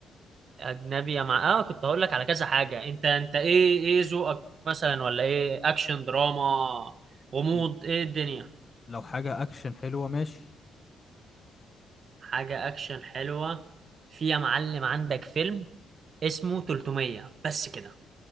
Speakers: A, on the right; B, on the left.
A: اجنبي يا مع اه كنت هقول لك على كذا حاجة انت انت ايه ايه ذوقك مثلا ولا ايه اكشن دراما غموض
B: م-
A: ايه الدنيا
B: لو حاجة اكشن حلوة ماشي
A: حاجة اكشن حلوة في يا معلم عندك فيلم اسمه 300 بس كده